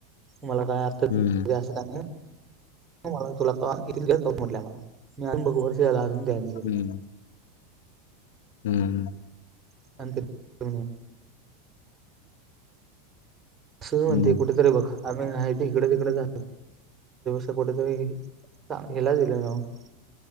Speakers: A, on the right (about 25°); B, on the left (about 75°).
A: मला काय अर्थ
B: ह
A: असं का नाही. <unintelligible>
B: हम्म हम्मम
A: <unintelligible> अस म्हणते
B: ह
A: कुठेतरी बघ आम्ही नाही इकडे तिकडे कुठेतरी ह <unintelligible>